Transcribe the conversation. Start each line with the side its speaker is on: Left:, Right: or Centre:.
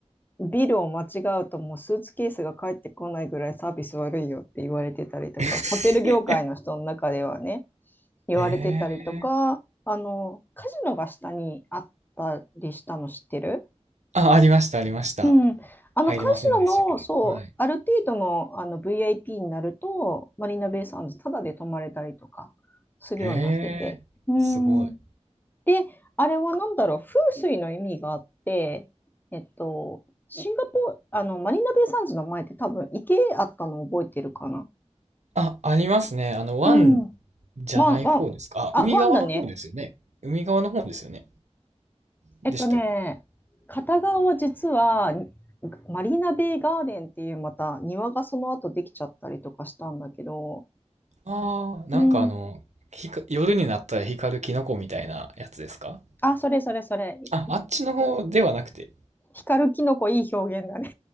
Left: ビルを間違うともうスーツケースが返ってこないぐらいサービス悪いよって言われてたりとか、
Right: <laughs>
Left: ホテル業界の人の中ではね。言われてたりとか、
Right: ええ
Left: あの、カジノが下にあったりしたの知ってる？
Right: あ、ありました、ありました。
Left: うん。あのカジノの、
Right: 入れませんでしたけど。
Left: そう、
Right: はい。
Left: ある程度のあの VIP になると、マリーナベイサンズタダで泊まれたりとかするようになってて。
Right: ええすごい。
Left: うん。で、あれは何だろう、風水の意味があって、えっと、シンガポールあの、マリーナベイサンズの前って多分池あったの覚えてるかな？
Right: あ、ありますね。あの、湾
Left: うん。
Right: じゃない方ですか。
Left: ワンワンあ、
Right: あ、海側の方ですよね。
Left: ワンだね。
Right: 海側の方ですよね。でしたっけ
Left: えっとね、片側は実は、マリーナベイガーデンっていうまた庭がその後できちゃったりとかしたんだけど。
Right: ああ、なんかあの、
Left: うん。
Right: ひか、夜になったら光るキノコみたいなやつですか
Left: あ、それそれそれ。
Right: あ、あっちの方ではなくて。
Left: 光るキノコいい表現だね。